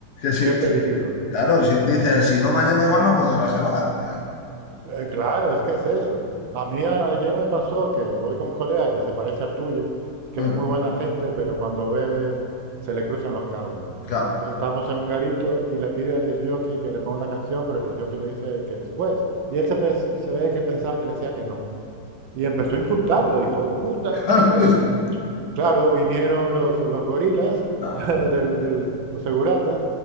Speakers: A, on the left; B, on the right.
A: que si,
B: qué peligro.
A: si- claro, si, dice, si no, mañana igual no puedo ir a ese bar.
B: Eh, Claro, es que es eso. A mí a- ayer me pasó que voy con un colega que se parece al tuyo, que
A: <laughs>
B: es muy buena gente, pero cuando bebe se le cruzan los cables.
A: Claro,
B: Entonces estábamos en un garito y le pide al disc jockey que le ponga una canción, pero el disc jockey le dice que después. Y él se, pe- se ve que pensaba que le decía que no. Y empezó a insultarlo, hijo de puta,
A: claro,
B: no sé qué.
A: sí,
B: Claro, vinieron los, los gorilas,
A: claro,
B: <laughs> del, del- los seguratas,